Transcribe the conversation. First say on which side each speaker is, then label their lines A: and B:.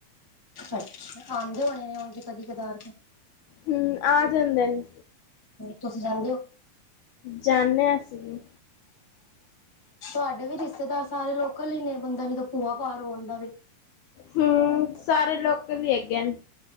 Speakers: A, on the left (about 25°); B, on the left (about 80°).
A: ਅੱਛਾ, ਆਦੇ ਹੋਣੇ ਨੇ ਔ ਵੀ ਕਦੀ ਕਦਾਨ,
B: ਹੂੰ ਆ ਜਾਂਦੇ ਨੇ,
A: ਤੁਸੀਂ ਜਾਂਦੇ ਔ?
B: ਜਾਨੇ ਆ ਅਸੀ ਵੀ,
A: ਤੁਹਾਡੇ ਵੀ ਰਿਸ਼ਤੇਦਾਰ ਸਾਰੇ ਲੋਕਲ ਹੀ ਨੇ ਬੰਦਾ ਨੀ ਤਾਂ ਭੂਆ ਘਰ ਹੋ ਆਦਾ ਵੇ।
B: ਹਮ ਸਾਰੇ ਲੋਕਲ ਹੀ ਹੈਗੇ ਨ।